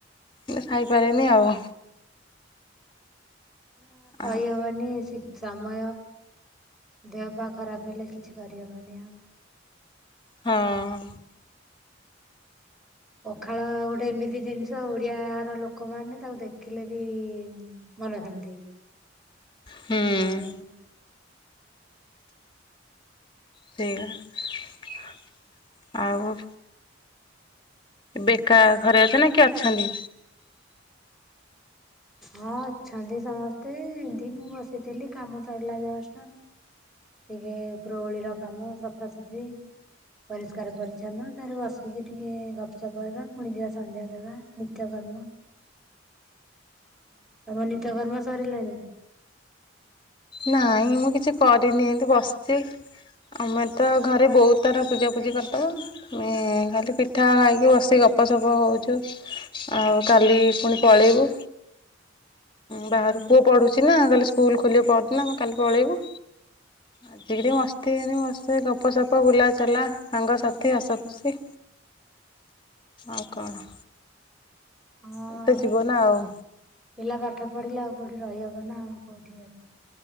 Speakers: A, on the left; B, in the centre.
A: କି ଖାଇପାରେନି ଆଉ।
B: ଆ କାଇ
A: ଆଉ
B: ହେବନି ସି ସମୟ ଦେହ ପା ଖରାପ ହେଲେ କିଛି କରିହେବନି ଆଉ।
A: ହଁ।
B: ପଖାଳ ଗୋଟେ ଏମିତି ଜିନିଷ ଓଡିଆ ର ଲୋକମାନୋନ ତାକୁ ଦେଖିଲେ ବି ମନଶାନ୍ତି।
A: ହୁଁ।
B: ଆଉ।
A: ସେଇଆ ଆଉ ବେକା ଘରେ ଅଛ ନା କି ଅଛନ୍ତି?
B: ହଁ ଅଛନ୍ତି ସମସ୍ତେ ଏମତି ମୁଁ ବସିଥିଲି କାମ ସରିଲା ଜଷ୍ଟ। ଟିକେ ଉପର ବୋଳିକାମ ସଫାସଫି ପରିଷ୍କାର ପରିଚ୍ଛନ୍ନ ତାର ବସିକି ଟିକେ ଗପସପ ହେବା ପୁଣି ଯିବା ସନ୍ଧ୍ୟାଦେବା ନିତ୍ୟକର୍ମ ତମ ନିତ୍ୟକର୍ମ ସରିଲେଣି <inaudible>
A: ନାଇଁ ମୁଁ କିଛି କରିନି ଏମିତି ବସିଚି ଆମେ ତ ଘରେ ବୋଉ ତାର ପୂଜାପୂଜି କରିଦେବ ଖାଲି ପିଠା ଖାଇକି ବସିିକି ଗପସପ ହୋଉଚୁ ଆଉ କାଲି ପୁଣି ପଳେଇବୁ ବାହାରୁ ପୁଅ ପଢ଼ୁଚି ନା କାଲି ସ୍କୁଲ ଖୋଲିବାେ ପଦନା ଆମେ କାଲି ପଳେଇବୁ ଆଜିକରି ମସ୍ତି ହେଇନି ବସ୍ତେ ଗପସପ ବୁଲାଚଲା ସାଙ୍ଗସାଥି ହସ ଖୁସି ଆଉ କଣ
B: ହଁ
A: ଏଇତ ଯ ହିବ ନା ଆଉ
B: ପିଲା ପାଠ ପଢିଲେ ଆଉ କୋଉଠି ରହିହବ ନା ଆଉ କୋଉଠି ଅଛି।